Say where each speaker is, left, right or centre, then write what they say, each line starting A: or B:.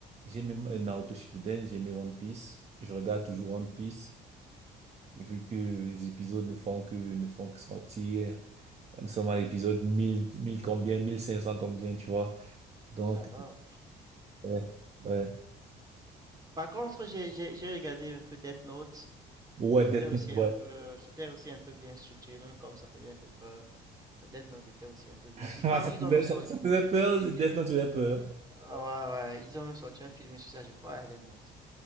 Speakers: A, on the right (about 40°); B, on the right (about 20°).
A: J'ai aimé euh, Naruto Shippuden, j'ai aimé One Piece. Je regarde toujours One Piece, vu que les épisodes ne font que, ne font que sortir. Nous sommes à l'épisode mille mille combien, 1500 combien, tu vois. Donc,
B: Alors.
A: ouais, ouais.
B: Par contre, j'ai, j'ai, j'ai regardé un peu Death Note.
A: Ouais,
B: C'était
A: Death
B: aussi
A: Note, ouais.
B: un peu, c'était aussi un peu bien structuré, même comme ça faisait un peu peur. Mais Death Note était aussi un peu bien
A: <laughs>
B: sûr. Ils
A: Ah,
B: parlent-
A: Ça
B: ils
A: faisait,
B: ont même sorti,
A: ça, ça faisait peur,
B: ils-
A: Death
B: ils-
A: Note faisait peur.
B: ouais, ouais, ils ont même sorti un film sur ça, je crois, à Death Note.